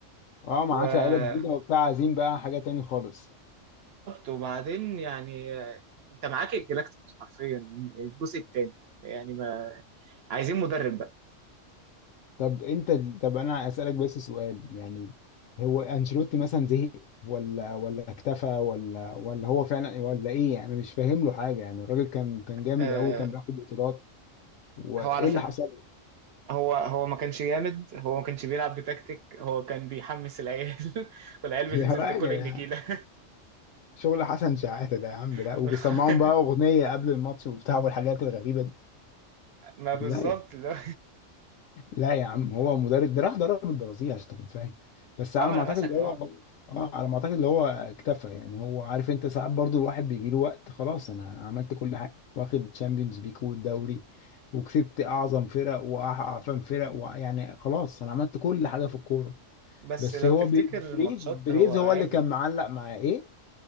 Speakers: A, on the left; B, on the right.
A: اه معاك
B: وبالظبط
A: لعيبه جديده وبتاع عايزين بقى حاجه تاني خالص
B: وبعدين يعني آه، انت معاك الجلاكتيكوس حرفيا الجزء الثاني يعني ما عايزين مدرب بقى
A: طب انت طب انا اسالك بس سؤال يعني هو انشيلوتي مثلا زهق ولا ولا اكتفى ولا ولا هو فعلا ولا ايه يعني أنا مش فاهم له حاجه يعني الراجل كان كان جامد
B: آه،
A: قوي كان بياخد بطولات وايه
B: هو على ف...
A: اللي حصل له
B: هو هو ما كانش جامد هو ما كانش بيلعب بتكتيك هو كان بيحمس العيال <laughs> والعيال
A: <laughs>
B: بتنزل
A: يا راجل
B: تاكل النجيله
A: شغل حسن شحاته ده يا عم ده
B: <laughs>
A: وبيسمعهم بقى اغنيه قبل الماتش وبتاع والحاجات الغريبه دي
B: ما بالظبط
A: لا
B: اللي هو
A: لا يا عم هو مدرب ده راح درب البرازيل عشان تكون فاهم بس على
B: اه ما
A: ما
B: لمسك
A: اعتقد اللي هو
B: اه
A: اه على ما اعتقد اللي هو اكتفى يعني هو عارف انت ساعات برضو الواحد بيجي له وقت خلاص انا عملت كل حاجه واخد تشامبيونز ليج والدوري وكسبت اعظم فرق واعفن فرق و... يعني خلاص انا عملت كل حاجه في الكوره
B: بس
A: بس
B: لو
A: هو
B: تفتكر
A: بي-
B: الماتشات
A: بريز بريز
B: هو عادي
A: هو اللي كان معلق معاه ايه